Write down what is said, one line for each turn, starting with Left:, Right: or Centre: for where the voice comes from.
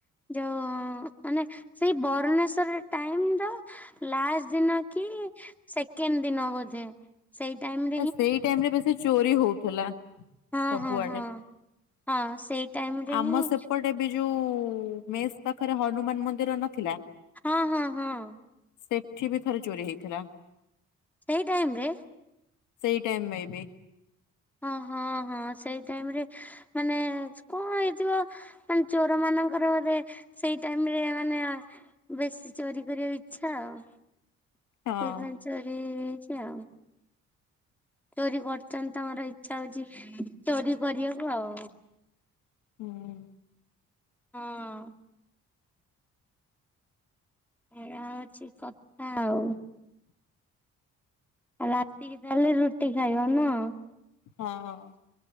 Centre: ଯଉ ମାନେ ସେଇ ବରଣେଶ୍ଵର ରେ ଟାଇମ୍ ଦା ଲାଷ୍ଟ୍ ଦିନ କି ସେକେଣ୍ଡ୍ ଦିନ ବୋଧେ। ସେଇ ଟାଇମ୍
Left: ଆ-ସେଇ ଟାଇମ୍ ରେ ବେଶୀ ଚୋରି ହଉଥିଲା।
Centre: ହଁ
Left: ସବୁଆଡେ।
Centre: -ହଁ- ହଁ -ହଁ ସେଇ ଟାଇମ ରେ
Left: ଆମ
Centre: ହିଁ
Left: ସେପଟେ ଏବେ ଯଉ ମେସ୍ ପାଖରେ ହନୁମାନ ମନ୍ଦିର ନଥିଲା
Centre: ହଁ- ହଁ- ହଁ।
Left: ସେଠି ବି ଥରେ ଚୋରି ହେଇଥିଲା।
Centre: ସେଇ ଟାଇମ୍ ରେ
Left: ସେଇ ଟାଇମ୍ ମେ ବି।
Centre: ହଁ- ହଁ -ହଁ ସେଇ ଟାଇମ୍ ରେ ମାନେ କଣ ହେଇଥିବ ମାନେ ଚୋର ମାନଙ୍କର ବୋଧେ ସେଇ ଟାଇମ୍ ରେ ମାନେ ବେଶୀ ଚୋରି କରିବାକୁ ଇଚ୍ଛା ଆଉ ସେଇପାଇଁ
Left: ହଁ।
Centre: ଚୋରି ହେଇଯାଇଚି ଆଉ। ଚୋରି କରୁଚନ୍ତି ତାଙ୍କର ଇଚ୍ଛା ହଉଚି ଚୋରି କରିବାକୁ ଆଉ।
Left: ହୁଁ।
Centre: ହଁ। ହେଇଆ ହଉଚି କଥା ଆଉ। ଆଉ ରାତିିକି ତାହେଲେ ରୁଟି ଖାଇବ ନୁହଁ?
Left: ହଁ -ହଁ।